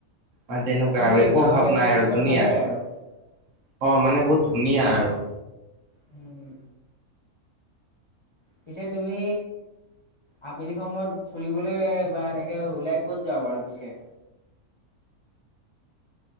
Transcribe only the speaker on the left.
সেইটোৱে
গাঁৱলীয়া
পৰিৱেশত
ভালেই
আৰু।
উম। পিছে তুমি আবেলি সময়ত ফুৰিবলে বা এনেকে ওলাই ক'ত যাবা পিছে?